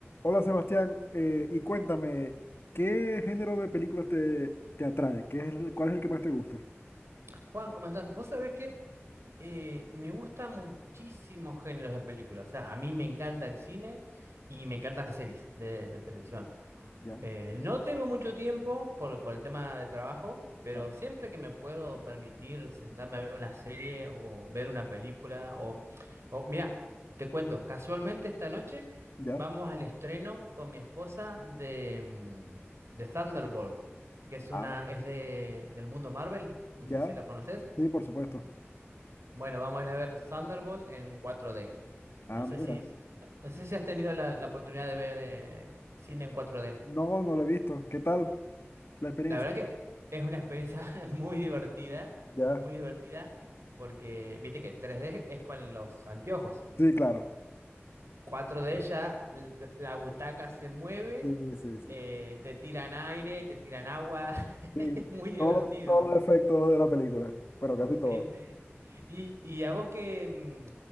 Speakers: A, on the left; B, on the right.
A: Hola Sebastián, eh, y cuéntame, ¿qué género de películas te, te atrae? ¿Qué es el- cuál es el que más te gusta?
B: Juan, ¿cómo estás? Vos sabés que eh, me gustan muchísimos géneros de películas. O sea, a mí me encanta el cine y me encantan las series de, de televisión.
A: Ya,
B: Eh, no tengo mucho tiempo por, por el tema de trabajo, pero
A: claro.
B: siempre que me puedo permitir sentarme a ver una serie o ver una película, o, o mirá, te cuento, casualmente esta noche
A: Ya,
B: vamos al estreno con mi esposa de, mm, de Thunderbolt, que es
A: ah,
B: una, es de, del mundo Marvel, no
A: ya,
B: sé si lo conoces.
A: sí, por supuesto.
B: Bueno, vamos a ir a ver Thunderbolt en cuatro d
A: Ah,
B: No sé
A: mira.
B: si, no sé si has tenido la, la oportunidad de ver eh, cine en cuatro d
A: No, no lo he visto. ¿Qué tal la experiencia?
B: La verdad que es una experiencia <laughs> muy divertida,
A: Ya,
B: muy divertida, porque viste que tres d es con los anteojos.
A: sí, claro.
B: cuatro d ya l- la la butaca se mueve,
A: Sí, sí, sí.
B: eh, te tiran aire, te tiran agua. <laughs>
A: Sí,
B: Es muy divertido.
A: todos todos los efectos de la película, pero casi todos.
B: Sí, sí. ¿Y, y a vos qué, mm,